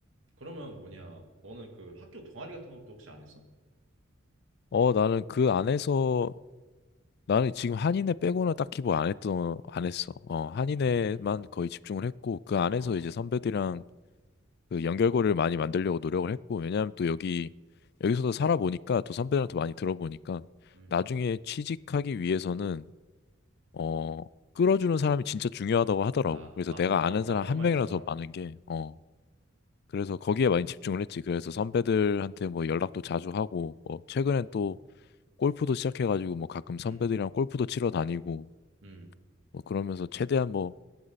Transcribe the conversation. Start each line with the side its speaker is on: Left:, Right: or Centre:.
Right: 그러면 뭐냐? 너는 그 학교 동아리 같은 것도 혹시 안 했어?
Left: 어 나는 그 안에서 나는 지금 한인회 빼고는 딱히 뭐 안 했던 안 했어. 어 한인회만
Right: 음.
Left: 거의 집중을 했고 그 안에서
Right: 어.
Left: 이제 선배들이랑 그 연결고리를 많이 만들려고 노력을 했고 왜냐하면 또 여기 여기서도 살아보니까 또 선배들한테
Right: 어.
Left: 많이 들어보니까
Right: 음.
Left: 나중에 취직하기 위해서는 어 끌어주는 사람이 진짜 중요하다고 하더라고
Right: 아,
Left: 그래서
Right: 맞아.
Left: 내가
Right: 나,
Left: 아는
Right: 어- 나
Left: 사람
Right: 어떤
Left: 한
Right: 말인지
Left: 명이라도
Right: 알아.
Left: 더 많은 게 어 그래서 거기에 많이 집중을 했지 그래서 선배들한테 뭐 연락도 자주 하고 뭐 최근엔 또 골프도 시작해가지고 뭐 가끔 선배들이랑
Right: 음.
Left: 골프도 치러 다니고
Right: 음.
Left: 뭐 그러면서 최대한 뭐